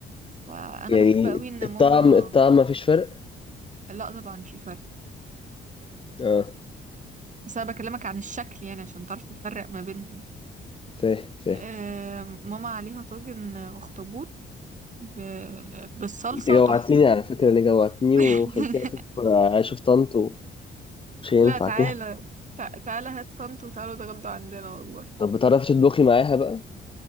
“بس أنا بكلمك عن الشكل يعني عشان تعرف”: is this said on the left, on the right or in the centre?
Right